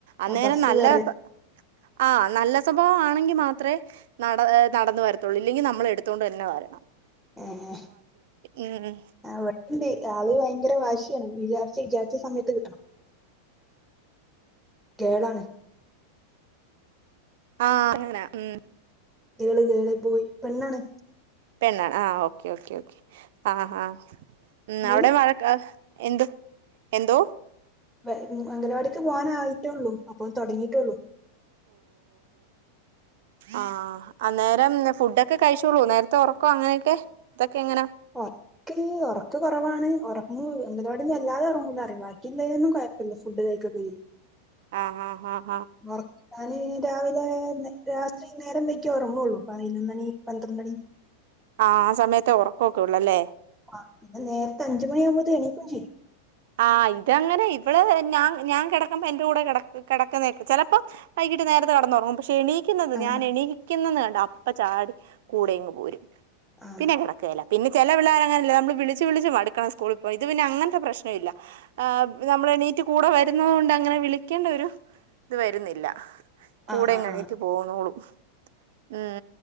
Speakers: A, on the right (about 55°); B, in the centre.
A: അന്നേരം
B: ആഹ് ബസ്
A: നല്ലതൊക്ക
B: കയറി
A: ആഹ് നല്ല സ്വഭാവം ആണെങ്കി മാത്രേ നട ഏഹ് നടന്ന് വരത്തുള്ളൂ ഇല്ലെങ്കി നമ്മള് എടുത്തോണ്ട് തന്നെ വര
B: ഏഹ്
A: ഉം
B: ഏഹ് ആവ്ടണ്ട് ആള് ഭയങ്കര വാശ് ണ് വിചാരിച്ച് വിചാരിച്ച സമയത്ത് കിട്ടണം കേളാണ്
A: ആഹ് അങ്ങനെ ഉം
B: ട്ട്യകള് കേറി പോയ് പെണ്ണാണ്
A: പെണ്ണാണ് ആഹ് ഓക്കേ ഓക്കേ ഓക്കേ ആഹ് ഹാ ഉം
B: മൂന്ന്
A: അവിടെ മഴക്കാ എന്ത് എന്തോ
B: വ് ഉം അംഗനവാടിക്ക് പൂവാനായിട്ടേ ഉള്ളു അപ്പൊ തൊടങ്ങിട്ടേ ഉള്ളു
A: ആഹ് അന്നേരം ഫുഡൊക്കെ കഴിച്ചോള്ളുവോ നേരത്തെ ഒറക്കോ അങ്ങനെയൊക്കെ തൊക്കെ എങ്ങനാ
B: ഒൻ ക്ക് ഒറക്ക് കൊറവാണ് ഒറങ്ങു അംഗനവാടിന്ന് വല്ലാതെ ഒറങ്ങൂല <unintelligible> ബാക്കിയില്ലേലൊന്നും കൊയപ്പല്യാ ഫുഡ് കഴ് <unintelligible>
A: ആഹ് ആഹ്
B: ഒറക്കം ഞാൻ രാവിലെ നൈ രാത്രി നേരം വൈകിയെ ഒറങ്ങുള്ളൂ പയ്‌നൊന്നണി പന്ത്രണ്ട്ണി
A: ആഹ് ആ സമയത്തെ ഒറക്കൊക്ക ഒള്ളല്ലേ
B: ആഹ് പിന്നെ നേർത്തെ അഞ്ചുമണിയാമ്പത്തേനു എണീക്കും ചെയ്യും
A: ആഹ് ഇതങ്ങനെ ഇവള് ഞാ ഞാൻ കെടക്കുമ്പ എന്റെ കൂടെ കെടക് കെടക്കുന്നെക്കെ ചെലപ്പോ വൈ കീട്ട് നേരത്തെ കെടന്നൊറങ്ങും പക്ഷെ എണീക്കുന്നത്
B: ആ
A: ഞാൻ എണീക്ക്ന്നെന്ന് കണ്ട അപ്പ ചാടി കൂടെ ഇങ്ങ് പോരും
B: ആ
A: പിന്നെ കെടക്കേല പിന്നെ ചെല പിള്ളേരങ്ങനെയല്ലേ നമ്മള് വിളിച്ച് വിളിച്ച് മടുക്കണം സ്കൂളിൽ പോയി ഇത് പിന്നെ അങ്ങൻത്തെ പ്രശ്നം ഇല്ല. ആ നമ്മളെണീറ്റ് കൂടെ വരുന്നോണ്ട് അങ്ങനെ വിളിക്കേണ്ട ഒരു ഇത് വര്ന്നില്ല. കൂടെങ്ങ്
B: ആ ആ ആ
A: അനിയത്തി പോന്നോളും ഉം.